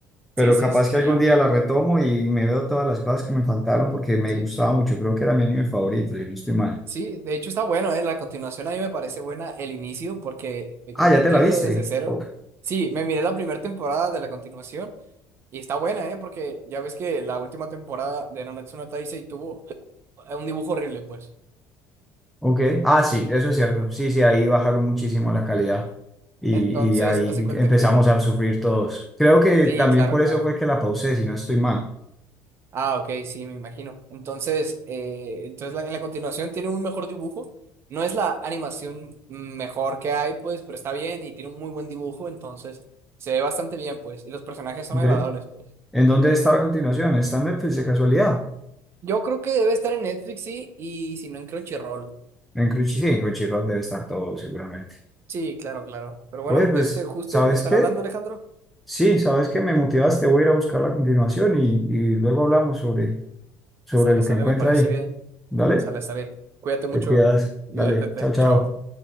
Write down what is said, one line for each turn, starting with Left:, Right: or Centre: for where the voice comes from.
Centre: Pero
Right: Sí, sí,
Centre: capaz
Right: sí,
Centre: que
Right: ya.
Centre: algún día la retomo y me veo todas las cosas que me faltaron porque me
Right: Sí,
Centre: gustaba mucho, creo que era mi anime favorito, y no estoy mal.
Right: sí, de hecho está bueno, ¿eh? La continuación a mí me parece buena el inicio porque eh,
Centre: Ah,
Right: como
Centre: ¿ya
Right: empieza
Centre: te la viste?
Right: desde cero.
Centre: Ok.
Right: Sí, me miré la primera temporada de la continuación y está buena, ¿eh? Porque ya ves que la última temporada de Nanatsu no Taizai tuvo <laughs> un dibujo horrible, pues.
Centre: Ok. Ah, sí, eso es
Right: Eh,
Centre: cierto. Sí, sí, ahí bajaron muchísimo la calidad y,
Right: Entonces,
Centre: y ahí
Right: hace cuenta
Centre: empezamos
Right: que...
Centre: a sufrir todos. Creo que
Right: Sí,
Centre: también
Right: claro,
Centre: por
Right: claro.
Centre: eso fue que la pausé, si no estoy mal.
Right: Ah, ok, sí, me imagino. Entonces, eh, entonces la, en la continuación tiene un mejor dibujo. No es la animación mejor que hay, pues, pero está bien y tiene un muy buen dibujo, entonces se ve bastante bien, pues, y los personajes son
Centre: Ok.
Right: agradables, pues.
Centre: ¿En dónde está la continuación? ¿Está en Netflix de casualidad?
Right: Yo creo que debe estar en Netflix, sí, y si no en Crunchyroll.
Centre: En Crunchy, sí, en Crunchyroll debe estar todo seguramente.
Right: Sí, claro, claro. Pero bueno,
Centre: Oye,
Right: de
Centre: pues,
Right: este justo
Centre: ¿sabes
Right: me están
Centre: qué?
Right: hablando, Alejandro.
Centre: Sí, ¿sabes qué? Me motivaste, voy a ir a buscar la continuación y, y luego hablamos sobre, sobre
Right: Sale,
Centre: lo
Right: sale,
Centre: que encuentra
Right: me parece
Centre: ahí.
Right: bien.
Centre: Dale,
Right: Sale, sale. Cuídate mucho,
Centre: te cuidas,
Right: diviértete.
Centre: dale, chao, chao.
Right: Chao.